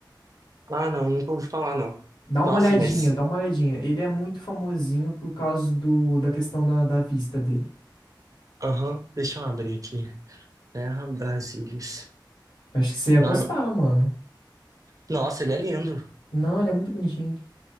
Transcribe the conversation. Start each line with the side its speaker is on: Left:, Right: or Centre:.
Right: Ah, não, nunca ouvi falar, não.
Left: Dá uma
Right: Nossa,
Left: olhadinha,
Right: mas.
Left: dá uma olhadinha. Ele é muito famosinho por causa do, da questão da, da vista dele.
Right: Aham, deixa eu abrir aqui. Terra Brasilis.
Left: Acho que você ia
Right: Não,
Left: gostar, mano.
Right: Nossa, ele é lindo.
Left: Não, ele é muito bonitinho.